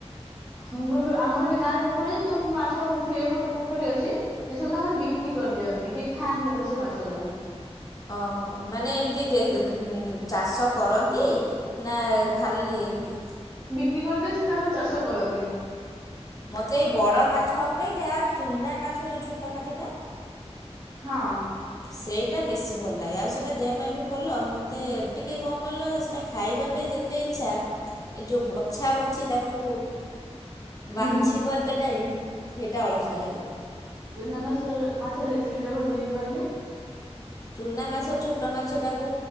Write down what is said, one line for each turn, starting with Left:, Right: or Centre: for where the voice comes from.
Right: ଆମରଠ ଆମର ବି ଗାଁରେ ପୋଖରୀରେ ଯୋଉ ମାଛ ହୁଏ ଗୋଟେ ପୋଖରୀ ଅଛି ସେ ସବୁ ତାଙ୍କର ବିକ୍ରି କରିଦିଅନ୍ତି କି ଖାଆନ୍ତି ତ ସେ ମାଛ କୁ।
Left: ଓହୋ ମାନେ ଏମତି ଚାଷ କରନ୍ତି। ନା ଖାଲି ଏମିତି?
Right: କରିଦିଏ ସେ ତାଙ୍କର ଚାଷ କରନ୍ତି।
Left: ମତେ ଏଇ ବଡ଼ ମାଛ ଅପେକ୍ଷା ଚୁନା ମାଛ ଯୋଉ ଛୋଟ ମାଛଟା
Right: ହଁ
Left: ସେଇଟା ବେଶୀ ଭଲ ଲାଗେ ଆଉ ସେଇଟା ଦେହ ପାଇଁ ବି ଭଲ ଆଉ ମତେ ଟିକେ କଣ କହିଲ ସେଇଟା ଖାଇ ପାଇବା ପାଇଁ ଯେତେ ଇଚ୍ଛା ଏ ଯୋଉ ବଛା ବଛି ତାକୁ
Right: ହୁଁ
Left: ବାଛିବ ଏତେ ଟାଇମ ସେଇଟା ଅଳସୁଆ ଲାଗେ।
Right: ଚୁନା ମାଛ ମାଛର ରେସିପି ଟା ଭାଉଜ ଟିକେ କହିଲେ?
Left: ଚୁନା ମାଛ ଛୋଟ ମାଛ ଟାକୁ